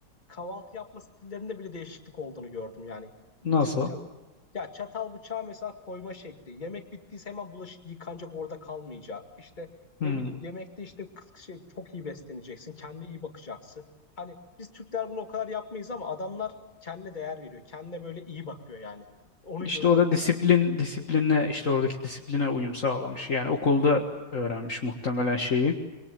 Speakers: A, on the left; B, on the left.
A: kahvaltı yapma stillerinde bile değişiklik olduğunu gördüm yani.
B: nasıl?
A: Ç- çat- ya çatal bıçağı mesela koyma şekli. Yemek bittiyse hemen bulaşık yıkanacak orada kalmayacak. İşte
B: Hmm.
A: ne bileyim yemekte işte kıs- şey, çok iyi besleneceksin. Kendine iyi bakacaksın. Hani biz Türkler bunu o kadar yapmayız ama adamlar kendine değer veriyor. Kendine böyle iyi bakıyor yani. Onu
B: İşte
A: görüyorum
B: o da disiplin
A: yani.
B: disipline işte oradaki disipline uyum sağlamış. Yani okulda öğrenmiş muhtemelen şeyi.